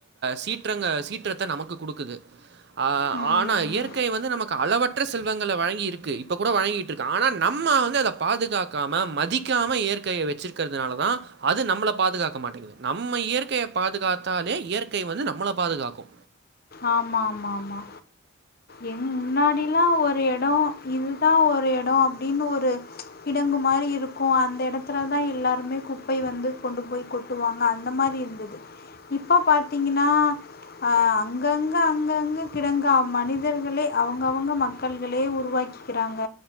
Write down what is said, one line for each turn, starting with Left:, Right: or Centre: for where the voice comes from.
Right: சீற்றங்க சீற்றத்த நமக்கு குடுக்குது அ
Left: ம்
Right: ஆனா இயற்கை வந்து நமக் க அளவற்ற செல்வங்களை வழங்கி இருக்கு இப்ப கூட வழங்கிட்டு இருக்கு ஆனா நம்ம வந்து அத பாதுகாக்காம மதிக் காம இயற்கையை வச்சிருக்கிறதுனால தா அது நம்மள பாதுகாக்க மாட்டேங்குது நம்ம இயற்கையை பாதுகாத்தாலே இயற்கை வந்து நம்மள பாதுகாக்கு
Left: ஆமா ஆமா ஆமா எ முன்னாடிலா ஒரு இடோ இதுதா ஒரு இடோ அப்டின்னு ஒரு இடங்கு மாரி இருக்கு அந்த இடத்துல தா எல்லாருமே குப்பை வந்து கொண்டு போய் கொ டுவாங்க அந்த மாரி இருந்தது இப்ப பாத்தீங்கன்னா ஆ அங்கங்க அங்கங்க கிடங்க மனிதர்களே அவுங்க அவுங்க மக்கள்களே உருவாக்கிக்கிறாங்க